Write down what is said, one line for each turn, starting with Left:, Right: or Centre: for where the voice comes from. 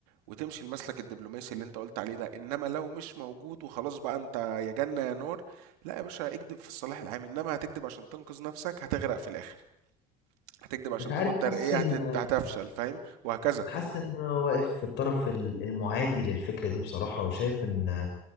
Right: وتمشي المسلك الدبلوماسي اللي انت قلت عليه ده انما لو مش موجود وخلاص بقى انت يا جنه يا نار لا يا باشا اكدب في الصلاح العام انما هتكدب عشان تنقذ نفسك هتغرق في الاخر هتكدب عشان
Left: مش عارف
Right: تاخد ترقيه
Left: حاسس ان
Right: هتت... هتفشل فاهم وهكذا
Left: حاسس ان انا واقف في الطرف ال- المعادي للفكره دي بصراحه وشايف ان